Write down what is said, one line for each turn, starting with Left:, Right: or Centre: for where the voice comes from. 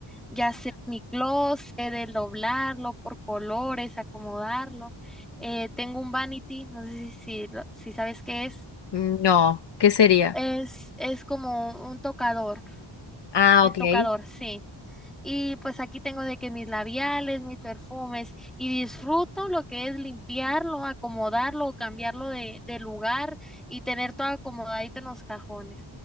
Centre: ya sea mi closet, el doblarlo por colores, acomodarlo. Eh, tengo un vanity, no sé si, si, lo- si sabes qué es.
Left: no, ¿qué sería?
Centre: Es, es como un tocador,
Left: Ah,
Centre: el
Left: ok.
Centre: tocador, sí. Y pues aquí tengo de que mis labiales, mis perfumes, y disfruto lo que es limpiarlo, acomodarlo o cambiarlo de, de lugar y tener todo acomodadito en los cajones.